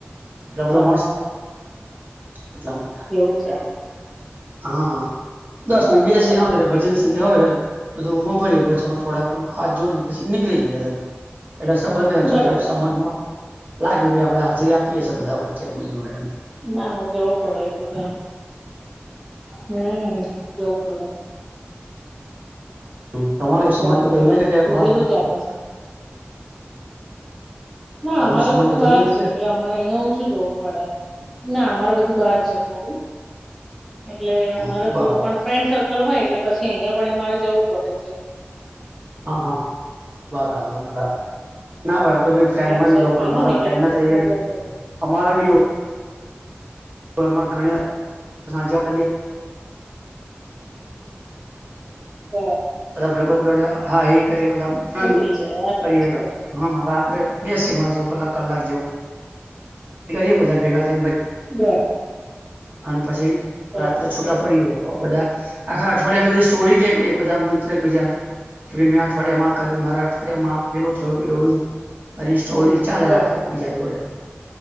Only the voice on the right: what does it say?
એટલે બધા
<unintelligible> એટલા માટે.
હા. દસ
મિટ બેસીને આવતાં રહ્યાં. પછી જ <unintelligible> બધું હોભળ્યું ભજનો થોડાક, હાથ જોડીન પછી નીકળી ગયા તા. એટલે સંબંધેય હચવાય
જાય સમાજમાં.
લાગે ભાઈ આપણે હાજરી આપીએ છીએ બધા વચ્ચે એમની જોડે એમ.
તો તમારો તો સમાજ
બધો
અહિયાં હે કે
બહાર હોય
<unintelligible>
તમારો
સમાજ
બધો
અહિયાં
જ
છે બરાબર
હા, હા. બરાબર-બરાબર. ના <unintelligible> તો ભી ફ્રેન્ડમાં
બી
જવુ પડે.
મારા
ફ્રેન્ડના
તો અહિયાં
ભી.
અમારે બી એવું પણ અમારે ઘણીવાર <unintelligible> <unintelligible>
બધા ભાઈબંધ જોડે, હા ઈ કરીએ બધા આમ.
<unintelligible>
કરીએ.
હા. ને રાત્રે બેસી એમ અડધો કલાક, કલાક જેવું. કરીએ બધા ભેગા થઈન <unintelligible>
અન પછી
રાત્રે છૂટા પડીએ બધા. આખા અઠવાડિયામ બધી સ્ટોરી કેઈ. એક-એક બધા મિત્ર એકબીજાને. <unintelligible> મેં અઠવાડિયામાં આ કર્યું, મારા અઠવાડિયાેમાં આ પહેલું થયું. એવું કરી સ્ટોરી. ચાલે
રાખીએ
એક-બીજા જોડે.